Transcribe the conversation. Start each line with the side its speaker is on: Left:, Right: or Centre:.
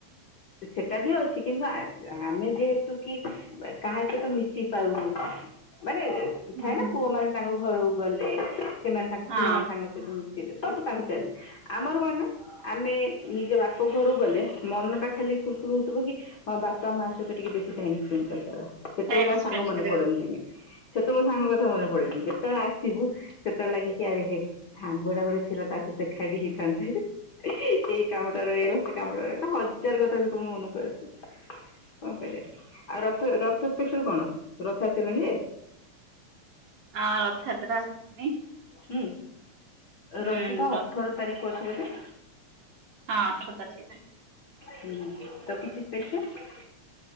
Left: ସେଟା ବି ଅଛି କିନ୍ତୁ ଆ ଆମେ ଯେହେତୁ କି କାହା ସହିତ ମିଶି ପାରୁନୁ, ମାନେ
Right: ହୁଁ
Left: ଥାଏ ନା ପୁଅ ମାନେ ତାଙ୍କ ଘରକୁ ଗଲେ ସେମାନେ ତାଙ୍କ ପୁରୁଣା
Right: ହଁ
Left: ସାଙ୍ଗ ମିଶିବେ ସବୁ <unintelligible> ଆମର ମାନେ ଆମେ ନିଜ ବାପ ଘରକୁ ଗଲେ ମନଟା ଖାଲି କୁଲକୁଲ ହଉଥିବ କି ହଁ ବାପା ମା ସହିତ ଟିକେ ବେଶୀ ଟାଇମ୍ ସ୍ପେଣ୍ଡ କରିଦବା। ସେତବଳକୁ
Right: ଟାଇମ
Left: ଆଉ
Right: ସ୍ପେଣ୍ଡ
Left: ସାଙ୍ଗ ମନେ
Right: କରିବାକୁ
Left: ପଡନ୍ତିନି। ସେତବଳେ ସାଙ୍ଗ କଥା ମନେ ପଡେନି, ଯେତବଳେ ଆସିବୁ ସେତବଳେ ଲାଗେ କି ଆରେ ହେଇ ସାଙ୍ଗ ଟା ଗୋଟେ ଥିଲା ତା ସହ ଦେଖା ବି ହେଇ ଏଇ କାମଟା ରହିଗଲା ସେ କାମଟା ରହିଗଲା <unintelligible> ହଜାରେ କଥା ସେତବଳେ ମନକୁ ଆସେ। କଣ କରିବା, ଆଉ ରଥ-ରଥ ସ୍ପେଶାଲ୍ କଣ ରଥ ଆସିଲେଣିି ଯେ?
Right: ହଁ ରଥଯାତ୍ରା <unintelligible>
Left: ହୁଁ,
Right: ହୁଁ
Left: ରଥ ପା
Right: ହଁ
Left: ଅଠର ତାରିଖ ପଡୁଚି ବୋଧେ?
Right: ହଁ ଅଠର ତାରିକେରେ।
Left: ହୁଁ ତ କିଛି ସ୍ପେସାଲ୍?